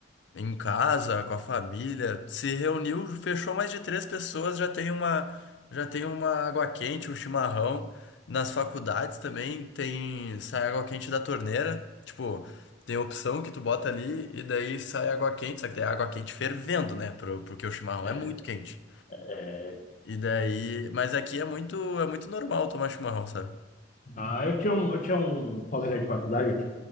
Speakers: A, on the left; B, on the left.
A: em casa, com a família, se reuniu, fechou mais de três pessoas, já tem uma, já tem uma água quente, um chimarrão. Nas faculdades também tem, sai água quente da torneira, tipo, tem opção que tu bota ali e daí sai água quente, só que tem água quente fervendo, né, pro, porque o chimarrão
B: é,
A: é muito quente.
B: é.
A: E daí, mas aqui é muito, é muito normal tomar chimarrão, sabe?
B: Ah, eu tinha um, eu tinha um colega de faculdade,